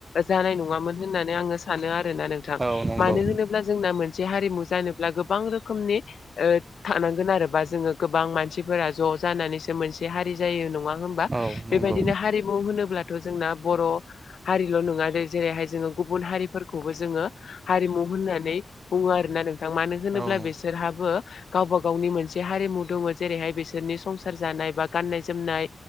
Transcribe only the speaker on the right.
औ नंगौ
औ नंगौ
औ नंगौ